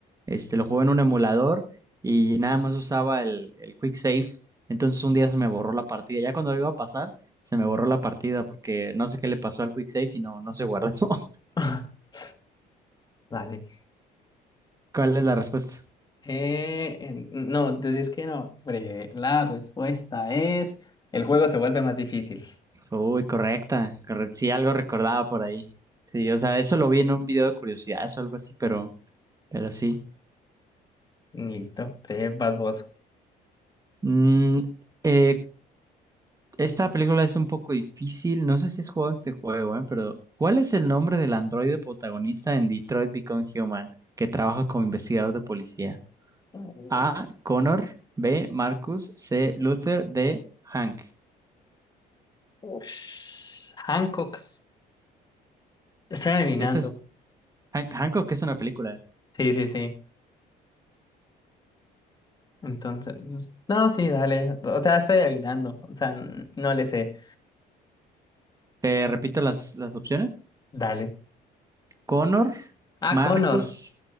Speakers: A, on the right (about 20°); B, on the left (about 25°).
A: este, lo jugué en un emulador y nada más usaba el, el Quick Save. Entonces un día se me borró la partida. Ya cuando lo iba a pasar, se me borró la partida porque no sé qué le pasó al Quick Save y no, no se guardó. <laughs>
B: <laughs> Dale.
A: ¿Cuál es la respuesta?
B: Eh, en- no, decís que no. Breve. La respuesta es, el juego se vuelve más difícil.
A: Uy, correcta. Correcto. Sí, algo recordaba por ahí. Sí, o sea, eso lo vi en un video de curiosidades o algo así, pero, pero sí.
B: Listo. Breve, vas vos.
A: Mm, eh, Esta película es un poco difícil. No sé si has jugado este juego, ¿eh? Pero ¿cuál es el nombre del androide protagonista en Detroit Become Human que trabaja como investigador de policía?
B: Uy,
A: A. Connor. B. Marcus. C. Luther. D. Hank.
B: ush. Hancock. Estoy adivinando.
A: Este es Hank, Hancock, que es una película.
B: Sí, sí, sí. Entonces, no, sí, dale. O sea, estoy adivinando. O sea, n- no le sé.
A: Te repito las, las opciones.
B: Dale.
A: Connor,
B: Ah,
A: Marcus,
B: Connor.